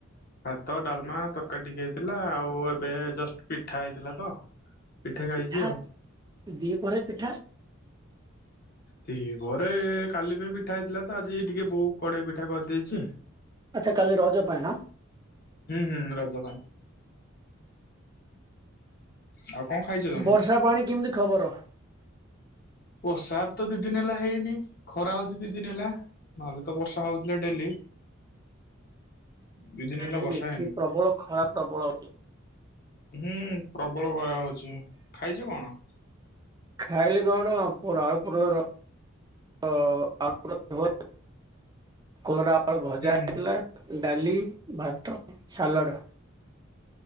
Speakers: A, on the left; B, on the right.
A: ଭାତ ଡାଲମା ତରକାରୀ ଟିକେ ହେଇଥିଲା ଆଉ ଏବେ ଜଷ୍ଟ ପିଠା ହେଇଥିଲା ତ ଖାଇଛି
B: ପିଠା
A: ଆଉ।
B: ଦିଇପ୍ରହରେ ପିଠା
A: ଦିଇ ପହରେ କାଲି ପାଇଁ ପିଠା ହେଇଥିଲା ତ ଆଜି ଟିକେ ବୋଉ କଡେଇ ପିଠା କରିଦେଇଚି।
B: ଆଚ୍ଛା କାଲି ରଜ ପାଇଁ ନା
A: ହୁଁ ହୁଁ ରଜ ପାଇଁ ଆଉ କଣ ଖାଇଛ ତମେ?
B: ବର୍ଷା ପାଣି କେମିତି ଖବର?
A: ବର୍ଷା ବି ତ ଦିଇ ଦିନ ହେଲା ହେଇନି ଖରା ହଉଛି ଦିଇ ଦିନ ହେଲା ନହେଲେ ତ ବର୍ଷା ହଉଥିଲା ଡେଲି। ଦି ଦିନ ହେଲା
B: ଏଇଁ
A: ବର୍ଷା
B: ଏଠି
A: ହେଇନି।
B: ପ୍ରବଳ ଖରା ପ୍ରବଳ
A: ହୁଁ ପ୍ରବଳ ଖରା ହଉଛି ଖାଇଚୁ କଣ?
B: ଖାାଇଲି କଣ ଆପ ଆଉପୁର ର ଆଉ କାଲରା ଫଳ ଭଜା
A: ହୁଁ
B: ହେଇଥିଲା। ଡାଲି, ଭାତ, ସାଲାଡ଼।